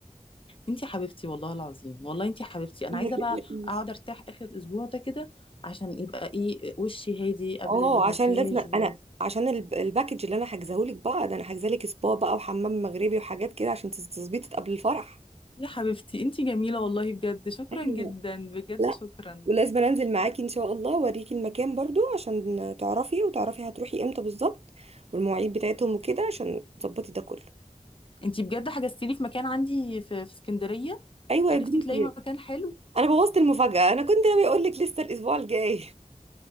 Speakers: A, on the left; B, on the right.
A: انتي حبيبتي والله العظيم والله انتي حبيبتي انا
B: ما
A: عايزه
B: تقلقيش
A: بقى اقعد ارتاح اخر اسبوع ده كده عشان يبقى ايه وشي هادي قبل
B: اه
A: المكياج
B: عشان لازم
A: و...
B: انا عشان الب- الباكج اللي انا حاجزاهولك بقى ده انا حاجزالك سبا بقى وحمام مغربي وحاجات كده عشان تز- تظبيطك قبل الفرح
A: يا حبيبتي انتي جميله والله بجد شكرا
B: ايوه
A: جدا بجد
B: لا
A: شكرا
B: ولازم انزل معاكي ان شاء الله اوريكي المكان برضو عشان تعرفي وتعرفي هتروحي امتى بالظبط والمواعيد بتاعتهم وكده عشان تظبطي ده كله
A: انتي بجد حجزتي لي في مكان عندي في في اسكندريه
B: ايوه
A: عرفتي
B: يا بنتي
A: تلاقي مكان حلو
B: انا بوظت المفاجأة انا كنت ناوي اقول لك لسه الاسبوع الجاي